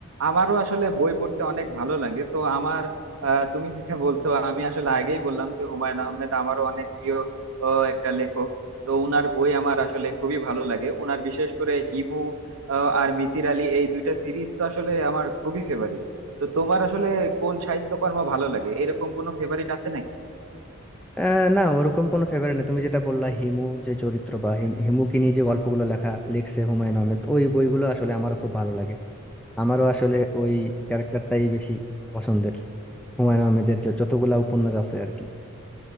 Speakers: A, on the right (about 80°); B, in the centre.
A: আমারও আসলে বই পড়তে অনেক ভালো লাগে তো আমার আহ, তুমি যেটা বলছো আমি আসলে আগেই বললাম যে হুমায়ুন আহমেদ আমারও অনেক প্রিয় ও, একটা লেখক তো উনার বই আমার আসলে খুবই ভালো লাগে উনার বিশেষ করে হিমু আহ, আর মিতির আলী এই দুইটা সিরিজ তো আসলে আমার খুবই ফেভারিট তো তোমার আসলে কোন সাহিত্যকর্ম ভালো লাগে এরকম কোনো ফেভারিট আছে নাকি
B: আহ, না ওরকম কোনো ফেভারিট না তুমি যেটা বললা হিমু যে চরিত্র বা হিম- হিমুকে নিয়ে যে গল্পগুলো লেখা লিখছে হুমায়ুন আহমেদ ওই বইগুলো আসলে আমারও খুব ভালো লাগে আমারও আসলে ওই ক্যারেক্টারটাই বেশি পছন্দের হুমায়ুন আহমেদের যে যতগুলা উপন্যাস আছে আর কি